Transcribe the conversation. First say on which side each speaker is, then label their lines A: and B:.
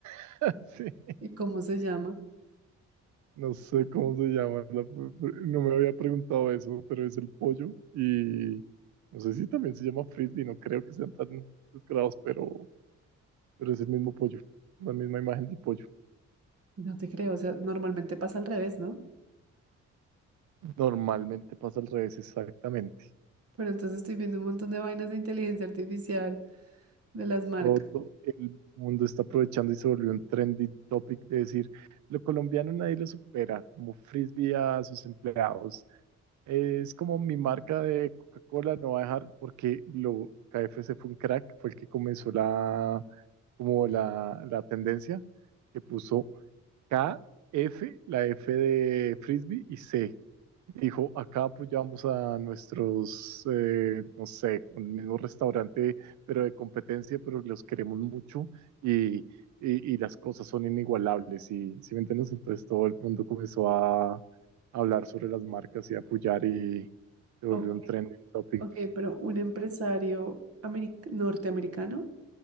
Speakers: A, on the right; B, on the right.
A: <laughs> Sí,
B: ¿Y cómo se llama?
A: no sé cómo se llama, la- no me había preguntado eso, pero es el pollo y no sé si también se llama Frisbee, no creo que sean tan descarados, pero, pero es el mismo pollo, la misma imagen del pollo.
B: No te creo, o sea, normalmente pasa al revés, ¿no?
A: Normalmente pasa al revés, exactamente.
B: Pero entonces estoy viendo un montón de vainas de inteligencia artificial de las marcas.
A: Todo el mundo está aprovechando y se volvió un trendy topic de decir, lo colombiano nadie lo supera, como frisbee a sus empleados. Es como mi marca de Coca-Cola no va a dejar, porque lo KFC fue un crack, fue el que comenzó la, como la, la tendencia, que puso K, F, la F de frisbee y C. Dijo, acá apoyamos a nuestros, eh, no sé, el mismo restaurante, pero de competencia, pero los queremos mucho y, y- y las cosas son inigualables. Y, ¿sí me entiendes? Entonces todo el mundo comenzó a, a hablar sobre las marcas y a apoyar y se volvió
B: Ok,
A: un trending topic
B: ok, pero un empresario americ- norteamericano